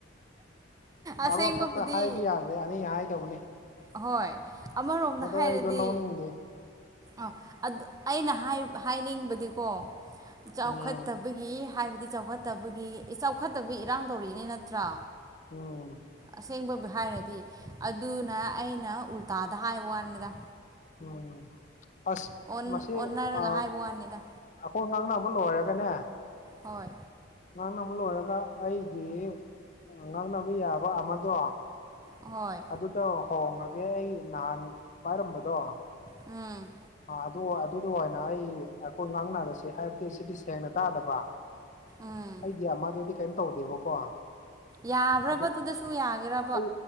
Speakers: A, on the right; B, on the left.
A: ꯑꯁꯦꯡꯕꯕꯨꯗꯤ
B: ꯑꯃꯈꯛꯇ ꯍꯥꯏꯕ ꯌꯥꯔꯦ ꯑꯅꯤ ꯍꯥꯏꯗꯧꯕꯅꯤ
A: ꯑꯍꯣꯏ ꯑꯃꯔꯣꯝꯗ
B: ꯃꯗꯣ
A: ꯍꯥꯏꯔꯗꯤ
B: ꯑꯩꯗꯣ ꯂꯧꯅꯤꯡꯗꯦ
A: ꯑ ꯑꯗꯨ ꯑꯩꯅ ꯍꯥꯏ ꯍꯥꯏꯅꯤꯡꯕꯗꯤꯀꯣ ꯆꯥꯎꯈꯠꯇꯕꯩ
B: ꯎꯝ
A: ꯕꯤ ꯍꯥꯏꯕꯗꯤ ꯆꯥꯎꯈꯠꯇꯕꯒꯤ ꯆꯥꯎꯈꯠꯇꯕꯩ ꯏꯔꯥꯡ ꯇꯧꯔꯛꯏꯅꯦ ꯅꯠꯇ꯭ꯔꯥ
B: ꯉꯥꯎꯒꯅꯨ
A: ꯑꯁꯦꯡꯕꯕꯨ ꯍꯥꯏꯔꯗꯤ ꯑꯗꯨꯅ ꯑꯩꯅ ꯎꯜꯇꯥꯗ ꯍꯥꯏꯕ ꯋꯥꯅꯤꯗ
B: ꯎꯝ ꯑꯁ
A: ꯑꯣꯟ
B: ꯃꯁꯤ
A: ꯑꯣꯟꯅꯔꯒ
B: ꯑ
A: ꯍꯥꯏꯕ ꯋꯥꯅꯤꯗ
B: ꯑꯩꯈꯣꯏ ꯉꯥꯡꯅꯕ ꯂꯣꯏꯔꯒꯅꯦ
A: ꯍꯣꯏ
B: ꯉꯥꯡꯅꯕ ꯂꯣꯏꯔꯒ ꯑꯩꯒꯤ ꯉꯥꯡꯅꯕ ꯌꯥꯕ ꯑꯃꯗꯣ
A: ꯍꯣꯏ
B: ꯑꯗꯨꯗꯣ ꯍꯣꯡꯉꯒꯦ ꯑꯩ ꯅꯍꯥꯟ ꯄꯥꯏꯔꯝꯕꯗꯣ
A: ꯎꯝ
B: ꯑ ꯑꯗꯨ ꯑꯗꯨꯗ ꯑꯣꯏꯅ ꯑꯩ ꯑꯩꯈꯣꯏ ꯉꯥꯡꯅꯔꯁꯤ ꯆꯦ ꯍꯥꯏꯕꯗꯨꯨ ꯁꯤꯗꯤ ꯁꯦꯡꯅ ꯇꯥꯗꯕ
A: ꯎꯝ
B: ꯑꯩꯒꯤ ꯑꯃꯗꯨꯗꯤ ꯀꯩꯝ ꯇꯧꯗꯦꯕꯀꯣ
A: ꯌꯥꯕ꯭ꯔꯕ
B: ꯑꯗꯨ
A: ꯗꯨꯗꯁꯨ ꯌꯥꯒꯦꯔ
B: ꯑꯩ